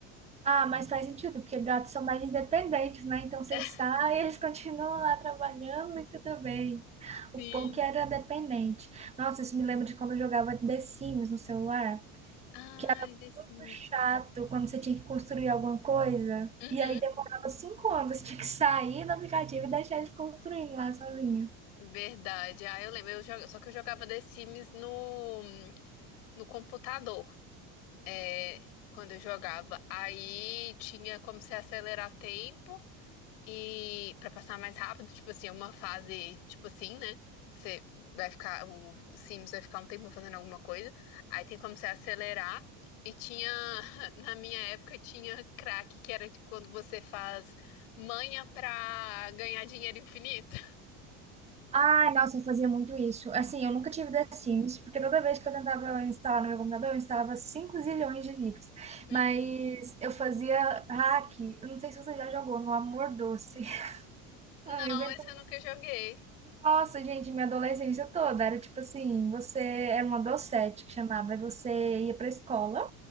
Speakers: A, on the right; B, on the left.
A: Ah, mas faz sentido, porque gatos são mais independentes, né? Então você
B: E... <laughs>
A: sai, <laughs> eles continuam lá trabalhando e tudo bem. O
B: Sim.
A: pão que era dependente. Nossa, isso me lembra de quando eu jogava The Sims no celular,
B: Ai,
A: que era
B: The Sims.
A: muito chato quando você tinha que construir alguma coisa.
B: Uhum.
A: E aí demorava cinco anos, <laughs> você tinha que sair do aplicativo e deixar eles construindo lá sozinho.
B: Verdade. Ah, eu lembro. Eu jo- Só que eu jogava The Sims no, no computador. é, quando eu jogava. Aí tinha como você acelerar tempo e para passar mais rápido, tipo assim, é uma fase, tipo assim, né? Que Você vai ficar, o Sims vai ficar um tempo fazendo alguma coisa. Aí tem como você acelerar. E tinha, <laughs> na minha época, tinha crack, que era de quando você faz manha pra ganhar dinheiro infinito.
A: Ai, nossa, eu fazia muito isso. Assim, eu nunca tive The Sims, porque toda vez que eu tentava instalar no meu computador, eu instalava 5 zilhões de vírus.
B: Uhum.
A: Mas eu fazia hack. Eu não sei se você já jogou no Amor Doce. <laughs> Ai,
B: Não,
A: eu invento...
B: esse eu nunca joguei.
A: Nossa, gente, minha adolescência toda era tipo assim, você era uma docete que chamava, e você ia pra escola.